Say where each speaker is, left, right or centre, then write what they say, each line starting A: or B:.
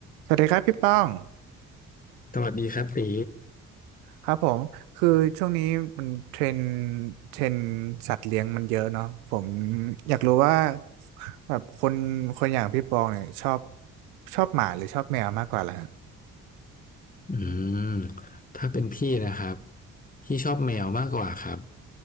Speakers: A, on the right; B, on the left.
A: สวัสดีครับพี่ป้อง
B: สวัสดีครับตี
A: ครับผมคือช่วงนี้มันเทรนด์เทรนด์สัตว์เลี้ยงมันเยอะเนาะผมอยากรู้ว่าแบบคนคนอย่างพี่ปองเนี่ยชอบชอบหมาหรือชอบแมวมากกว่าล่ะฮะ
B: อืมถ้าเป็นพี่นะครับพี่ชอบแมวมากกว่าครับ